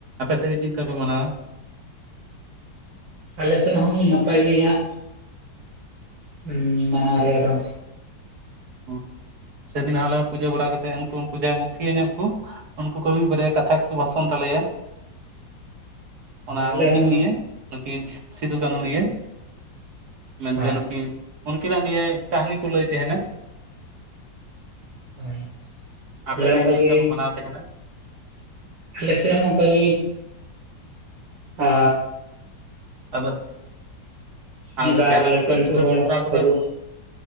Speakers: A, on the right; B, on the right.
A: ᱟᱯᱮ ᱥᱮᱫ ᱜᱮ ᱪᱮᱫ ᱞᱮᱠᱟ ᱯᱮ ᱢᱟᱱᱟᱣᱟ
B: ᱟᱞᱮᱥᱮᱫ ᱦᱚᱸ ᱱᱟᱯᱟᱭ ᱜᱤ ᱦᱟᱸᱜ ᱦᱩᱸ ᱢᱟᱱᱟᱶ ᱨᱮᱭᱟᱜ ᱟᱫᱚᱼᱼ
A: ᱩᱸ ᱥᱮᱭ ᱫᱤᱱ ᱦᱟᱸᱜ ᱞᱮ ᱯᱩᱡᱟᱹ ᱵᱟᱲᱟ ᱠᱟᱛᱮᱜ ᱩᱱᱠᱩ ᱩᱱᱠᱩ ᱡᱟᱦᱟᱸᱭ ᱢᱩᱠᱷᱤᱭᱟᱹ ᱧᱚᱜ ᱠᱩᱼᱼ ᱩᱱᱠᱩ ᱠᱚ ᱢᱤᱜ ᱵᱟᱨᱭᱟ ᱠᱟᱛᱷᱟ ᱜᱮᱠᱚ ᱵᱷᱟᱥᱚᱱ ᱛᱟᱞᱮᱭᱟ᱾ ᱚᱱᱟ
B: ᱟᱞᱮ
A: ᱩᱱᱠᱤᱱ
B: ᱦᱚᱸ
A: ᱱᱤᱭᱮ ᱱᱩᱠᱤᱱ ᱥᱤᱫᱩ ᱠᱟᱹᱱᱩ ᱱᱤᱭᱮᱹ ᱢᱮᱱᱛᱮ
B: ᱦᱳᱭ
A: ᱱᱩᱠᱤᱱ ᱩᱱᱠᱤᱱᱟᱜ ᱱᱤᱭᱟᱹ ᱠᱟᱹᱦᱱᱤ ᱠᱚ ᱞᱟᱹᱭ ᱛᱟᱦᱮ ᱱᱟ
B: ᱦᱳᱭ
A: ᱟᱯᱮ
B: ᱟᱞᱮ
A: ᱥᱮᱫ
B: ᱚᱱᱠᱟᱜᱮ
A: ᱜᱮ ᱪᱮᱫ ᱞᱮᱠᱟ ᱯᱮ ᱢᱟᱱᱟᱣ ᱛᱟᱦᱮᱸ ᱛᱟᱦᱮ ᱱᱟ
B: ᱟᱞᱮ ᱥᱮᱫ ᱦᱚᱸ ᱚᱱᱠᱟᱜ ᱜᱮ ᱟᱼᱼ
A: ᱟᱫᱚ
B: ᱢᱤᱫ
A: ᱟᱫᱚ
B: ᱵᱟᱨ
A: ᱡᱟᱦᱟ ᱱᱟᱜ
B: ᱞᱟᱹᱴᱩ
A: ᱱᱚᱝ ᱠᱟ
B: ᱞᱟᱹᱴᱩ
A: ᱠᱷᱮᱞᱳᱰ
B: ᱦᱚᱲ
A: ᱦᱮᱯᱨᱟᱣ ᱠᱚᱯᱮ
B: ᱟᱵᱚ